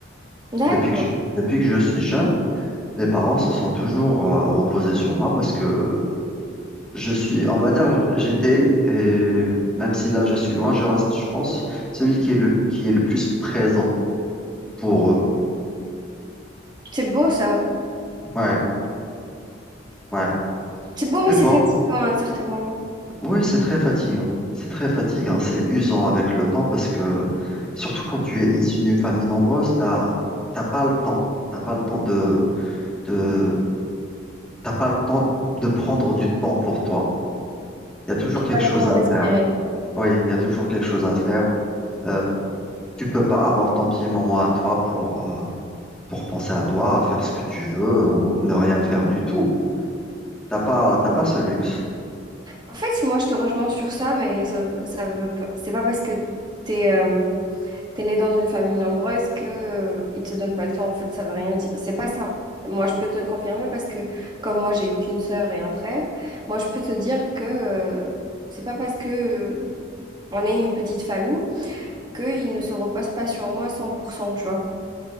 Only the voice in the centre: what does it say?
Depuis que je, depuis que je suis jeune, mes parents se sont toujours euh, reposés sur moi parce que je suis, on va dire, j'étais, et même si là je suis loin, je reste, je pense, celui qui est le, qui est le plus présent pour eux.
Ouais, ouais.
Mais
bon.
Oui, c'est très fatigant. C'est très fatigant. C'est usant avec le temps parce que, surtout quand tu es issu d'une famille nombreuse, t'as, t'as pas le temps. T'as pas le temps de, de, t'as pas le temps de prendre du temps pour toi. Il y a toujours quelque
chose
à
faire. Oui, il y a toujours quelque chose à faire. Euh, tu peux pas avoir ton petit moment à toi pour, euh, pour penser à toi, à faire ce que tu veux ou ne rien faire du tout. T'as pas, t'as pas ce luxe.